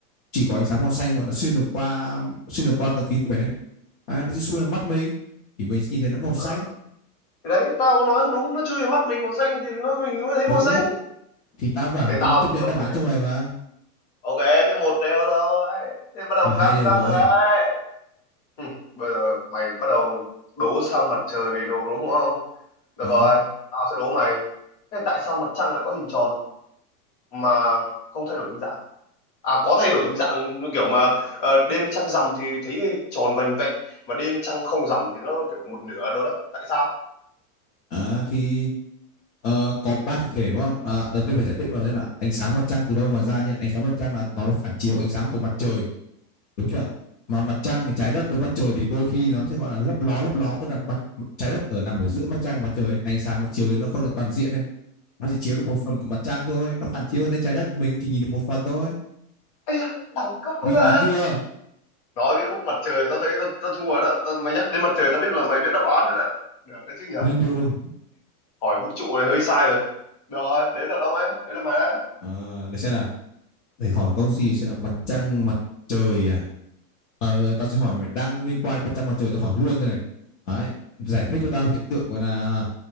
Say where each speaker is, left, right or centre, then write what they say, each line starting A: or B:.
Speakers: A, on the left; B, on the left.
A: Chỉ có ánh sáng màu xanh gọi là xuyên được qua xuyên được qua tầng khí quyển ấy. À, nó sẽ xuyên vào mắt mình thì mình sẽ nhìn thấy nó màu xanh.
B: đúng. thì đấy tao có nói đúng nó chui vào mắt mình màu xanh thì nó mình mới thấy
A: Ừ.
B: màu xanh
A: thì tao bảo là
B: thế
A: tao
B: tao
A: vẫn chấp
B: cũng
A: nhận
B: được
A: đáp án
B: một điểm
A: cho mày mà
B: ok thế một đều rồi thế bắt đầu
A: à, hai
B: căng
A: đều
B: căng
A: rồi
B: rồi đấy Hừ, bây giờ mày bắt đầu đố sang mặt trời đồ đúng không được
A: Ờ.
B: rồi tao sẽ đố mày thế tại sao mặt trăng lại có hình tròn mà không thay đổi hình dạng à có thay đổi hình dạng như kiểu mà ờ, đêm trăng rằm thì thấy tròn vành vạnh mà đêm trăng không rằm thì nó kiểu một nửa đồ đó tại sao
A: à, thì ờ, có ba thực thể đúng không à, đầu tiên phải giải thích rồi đấy là ánh sáng mặt trăng từ đâu mà ra nhé ánh sáng mặt trăng là nó phản chiếu ánh sáng của mặt trời đúng chưa mà mặt trăng thì trái đất với mặt trời thì đôi khi nó sẽ gọi là lấp ló lấp ló tức là mặt trái đất ở nằm ở giữa mặt trăng và trời ánh sáng nó chiếu đến nó không được toàn diện này nó chỉ chiếu được một phần của mặt trăng thôi nó phản chiếu lên trái đất mình cũng chỉ nhìn được một phần thôi
B: Ây da, đẳng cấp vậy
A: uy
B: ta
A: tín chưa
B: nói cái khúc mặt trời tao thấy tao, tao thua rồi đó tao, mày nhắc đến mặt trời tao biết là mày biết đáp án rồi đó được cái chứ nhở
A: lên đường
B: hỏi vũ trụ này hơi sai rồi được rồi đấy là ông ấy đấy là mày đấy
A: à, để xem nào để hỏi câu gì xem là mặt trăng mặt trời à Ờ, tao sẽ hỏi mày đang liên quan đến mặt trăng mặt trời tao hỏi luôn đây này. Đấy, giải thích cho tao hiện tượng gọi là